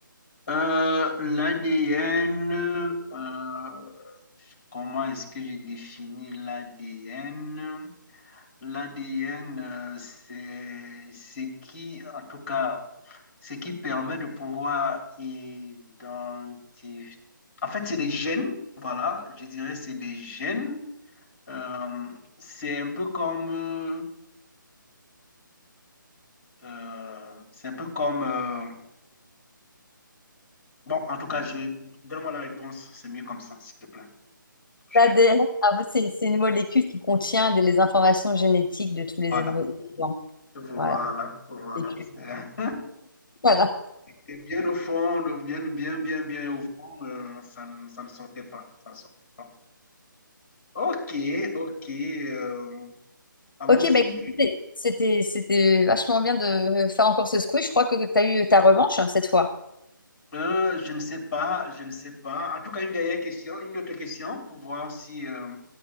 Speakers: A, on the left; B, on the left.
A: Euh, l'ADN, euh, comment est-ce que je définis l'ADN? L'ADN, euh, c'est ce qui, en tout cas, ce qui permet de pouvoir identifier. En fait, c'est des gènes, voilà, je dirais c'est des gènes. Euh, c'est un peu comme, euh, euh, euh, c'est un peu comme, euh, bon, en tout cas, je, donne-moi la réponse, c'est mieux comme ça, s'il te plaît. Je-
B: L'ADN, ah, c'est c'est une molécule qui contient des- les informations génétiques de tous les
A: voilà,
B: êtres vivants.
A: voilà,
B: Voilà,
A: voilà.
B: vécu.
A: C'est un
B: Voilà.
A: Et bien au fond, le- bien, bien, bien, bien au fond, euh, ça, ne ça ne sortait pas. Ça ne sortait pas. Ok, ok. euh, allons-y.
B: Ok, bah, écoutez, c'était c'était vachement bien de faire encore ce squiz. Je crois que tu as eu ta revanche hein, cette fois.
A: Euh, je ne sais pas, je ne sais pas. En tout cas, une dernière question, une autre question pour voir si euh,